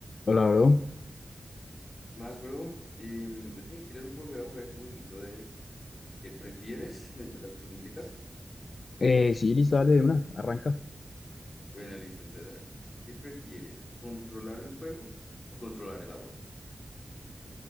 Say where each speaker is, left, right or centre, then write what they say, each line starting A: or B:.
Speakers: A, on the left; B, on the left.
A: Hola, bro.
B: ¿Qué Más, bro. Y, mm, oye, ¿quieres volver a jugar ese jueguito de qué prefieres? <laughs> El de las preguntitas.
A: Eh, sí, listo, dale de una, arranca.
B: Bueno, listo, entonces, a ver. ¿Qué prefieres? ¿Controlar el fuego o controlar el agua?